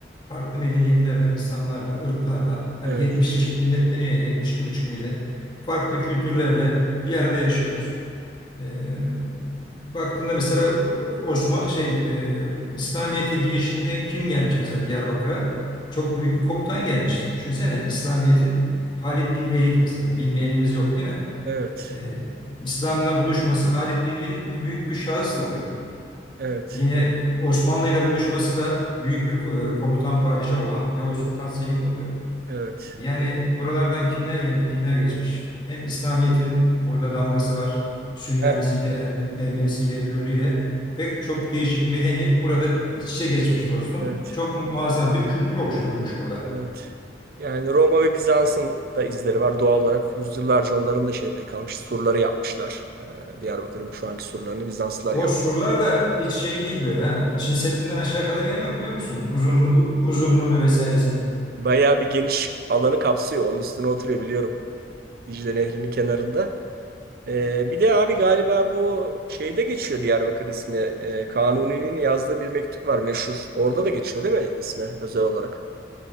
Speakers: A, on the left (about 25°); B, on the right (about 55°).
A: farklı medeniyetlerden insanlarla, ırklarla hani
B: evet,
A: 70 çeşit millet deniyor ya 72,5 millet farklı kültürlerle bir arada yaşıyoruz. Ee, baktığında mesela Osman şey e, İslamiyet'e girişinde kim gelmiş mesela Diyarbakır'a? Çok büyük bir komutan gelmiş. Düşünsene İslamiyet'in Halid bin Velid mesela bilmeyenimiz yok değil mi?
B: evet.
A: Ee, İslam'la buluşması Halid bin Velid gibi büyük bir şahıs da oluyor.
B: Evet,
A: Yine Osmanlı ile buluşması da büyük bir ko- e, komutan padişah olan Yavuz Sultan Selim'le oluyor.
B: evet,
A: Yani buralardan kimler gelip kimler geçmiş? Hem İslamiyet'in burada damgası var. Süryanisiyle,
B: Yani
A: Ermi- Ermenisiyle, Kürdüyle pek çok değişik medeniyet burada iç içe geçmiş dostum.
B: evet,
A: Çok muazzam bir kültür oluşturulmuş burada.
B: evet. Yani Roma ve Bizans'ın da izleri var doğal olarak. Yüzyıllarca onların da şeyinde kalmış. Surları yapmışlar. Ee, Diyarbakır'ın şu anki surlarını Bizanslılar
A: O
B: yapmış.
A: surlar da hiç şey değil böyle ha. Çin Seddi'nden aşağı kalır yanı yok biliyor musun? Uzunluğu, uzunluğunu vesairesini.
B: Bayağı bir geniş alanı kapsıyor. Onun üstüne oturuyor biliyorum. Dicle Nehri'nin kenarında. Ee, bir de abi galiba bu şeyde geçiyor Diyarbakır ismi. Ee, Kanuni'nin yazdığı bir mektup var meşhur. Orada da geçiyor değil mi ismi özel olarak?